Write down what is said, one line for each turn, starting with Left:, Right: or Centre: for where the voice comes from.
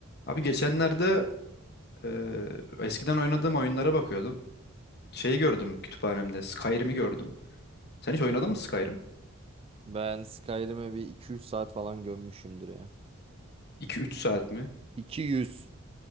Left: Abi geçenlerde eee, eskiden oynadığım oyunlara bakıyordum. Şeyi gördüm kütüphanemde. Skyrim'i gördüm. Sen hiç oynadın mı Skyrim?
Right: Ben Skyrim'e bir 200 saat falan gömmüşümdür ya.
Left: 2-3 saat mi?
Right: 200,